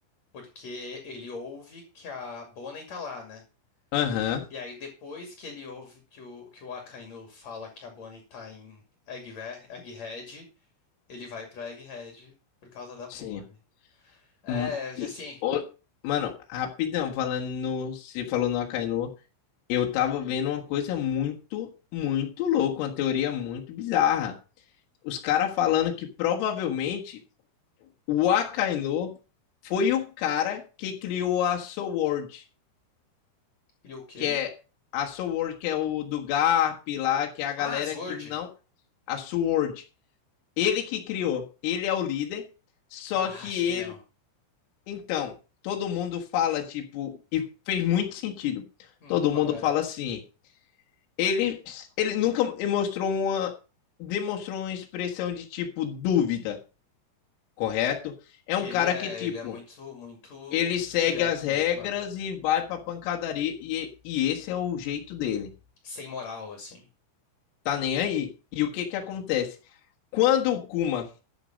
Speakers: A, on the left; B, on the left.
A: porque ele ouve que a Bonnie tá lá, né?
B: Aham,
A: E aí depois que ele ouve que o, que o Akainu fala que a Bonnie tá em Eggve- Egghead, ele vai pra Egghead por causa da Bonnie.
B: sim.
A: É,
B: Hum,
A: assim,
B: e, ô, mano, rapidão, falando no. Você falou no Akainu. Eu tava vendo uma coisa muito, muito louca, uma teoria muito bizarra. Os caras falando que provavelmente o Akainu foi o cara que criou a Sword,
A: ele é o quê?
B: que é a Sword, que é o do Garp lá, que é a galera
A: Ah, Sword.
B: que não. A Sword. Ele que criou, ele é o líder, só
A: Ah,
B: que
A: acho que
B: ele.
A: não.
B: Então, todo mundo fala, tipo, e fez muito sentido.
A: Hum,
B: Todo
A: qual
B: mundo
A: é?
B: fala assim. Ele, ele nunca mostrou uma, demonstrou uma expressão de tipo dúvida, correto? É
A: Ele
B: um cara
A: é,
B: que, tipo,
A: ele é muito, muito
B: ele segue
A: direto
B: as regras
A: mesmo, é.
B: e vai pra pancadaria, e, e esse é o jeito dele.
A: Sem moral, assim.
B: Tá nem aí. E o que que acontece? Quando o Kuma